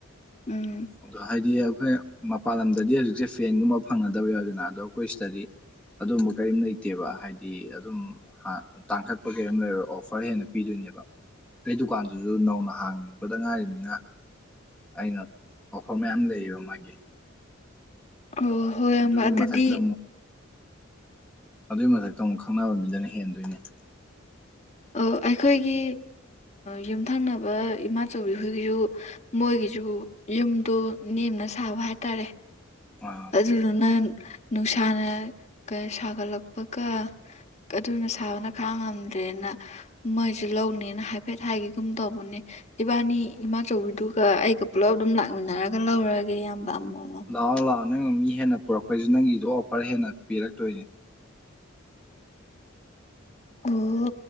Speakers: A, on the left (about 35°); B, in the centre.
A: ꯎꯝ
B: ꯑꯗꯣ ꯍꯥꯏꯗꯤ ꯑꯩꯈꯣꯏ ꯃꯄꯥꯟ ꯂꯝꯗꯗꯤ ꯍꯧꯖꯤꯛꯁꯦ ꯐꯦꯟꯒꯨꯝꯕ ꯐꯪꯒꯗꯕ ꯌꯥꯎꯏꯗꯅ ꯑꯗꯣ ꯑꯩꯈꯣꯏ ꯁꯤꯗꯗꯤ ꯑꯗꯨꯒꯨꯝꯕ ꯀꯔꯤꯝ ꯂꯩꯇꯦꯕ ꯍꯥꯏꯗꯤ ꯑꯗꯨꯝ ꯇꯥꯡꯈꯠꯄ ꯀꯩꯝ ꯂꯩꯔꯣꯏ ꯑꯣꯐꯔ ꯍꯦꯟꯅ ꯄꯤꯗꯣꯏꯅꯦꯕ ꯑꯩ ꯗꯨꯀꯥꯟꯗꯨꯁꯨ ꯅꯧꯅ ꯍꯥꯡꯅꯤꯡꯕꯗ ꯉꯥꯏꯔꯤꯕꯅꯤꯅ ꯑꯩꯅ ꯑꯣꯐꯔ ꯃꯌꯥꯝ ꯂꯩꯌꯦꯕ ꯃꯥꯒꯤ
A: ꯑꯣ ꯍꯣꯏ
B: ꯑꯗꯨꯒꯤ
A: ꯑꯝꯕ ꯑꯗꯨꯗꯤ
B: ꯃꯊꯛꯇ ꯑꯗꯨꯏ ꯃꯊꯛꯇ ꯑꯃꯨꯛ ꯈꯪꯅꯕ ꯃꯤꯗꯅ ꯍꯦꯟꯗꯣꯏꯅꯦ
A: ꯑꯣ ꯑꯩꯈꯣꯏꯒꯤ ꯌꯨꯝꯊꯪꯅꯕ ꯏꯃꯥꯆꯤꯈꯣꯏꯒꯤꯁꯨ ꯃꯣꯏꯒꯤꯁꯨ ꯌꯨꯝꯗꯣ ꯅꯦꯝꯅ ꯁꯥꯕ ꯍꯥꯏꯇꯥꯔꯦ
B: ꯑ
A: ꯑꯗꯨꯗꯨꯅ ꯅꯨꯡꯁꯥꯅꯒ ꯁꯥꯒꯠꯂꯛꯄꯒ ꯑꯗꯨꯅ ꯁꯥꯕꯅ ꯈꯥꯡꯉꯝꯗ꯭ꯔꯦꯅ ꯃꯣꯏꯁꯨ ꯂꯧꯅꯦꯅ ꯍꯥꯏꯐꯦꯠ ꯍꯥꯏꯒꯒꯨꯝ ꯇꯧꯕꯅꯦ ꯏꯕꯥꯅꯤ ꯏꯃꯥꯆꯧꯕꯤꯗꯨꯒ ꯑꯩꯒ ꯄꯨꯜꯂꯞ ꯑꯗꯨꯝ ꯂꯥꯛꯃꯤꯟꯅꯔꯒ ꯂꯧꯔꯒꯦ ꯏꯌꯥꯝꯕ ꯑꯃꯝꯕ ꯑꯃ
B: ꯂꯥꯛꯑꯣ ꯂꯥꯛꯑꯣ ꯅꯪꯅ ꯃꯤ ꯍꯦꯟꯅ ꯄꯨꯔꯛꯄꯩꯁꯤ ꯅꯪꯒꯤꯗꯣ ꯑꯣꯐꯔ ꯍꯦꯟꯅ ꯄꯤꯔꯛꯇꯣꯏꯅꯦ
A: ꯑꯣ